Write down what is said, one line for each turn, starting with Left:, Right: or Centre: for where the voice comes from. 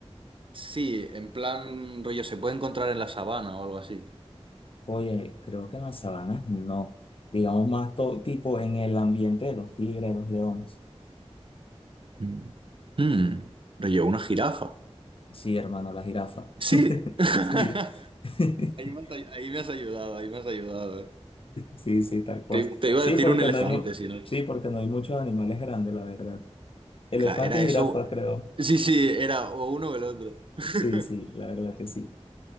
Right: Sí, en plan rollo, se puede encontrar en la sabana o algo así.
Left: Oye, creo que en las sabanas no. Digamos más todo tipo en el ambiente de los tigres, los leones.
Right: Mm. Mm, rollo, una jirafa.
Left: Sí, hermano, la jirafa.
Right: Sí.
Left: <laughs>
Right: <laughs>
Left: Sí. <laughs>
Right: Ahí me has, ay- ahí me has ayudado, ahí me has ayudado. eh.
Left: Sí, sí, tal cual.
Right: Te, te iba
Left: Sí,
Right: a decir
Left: porque
Right: un elefante,
Left: no hay mu-
Right: si no.
Left: sí, porque no hay muchos animales grandes, la verdad. Elefante
Right: Claro, era eso.
Left: y jirafa, creo.
Right: Sí, sí, era o uno o el otro. <laughs>
Left: Sí, sí, la verdad que sí.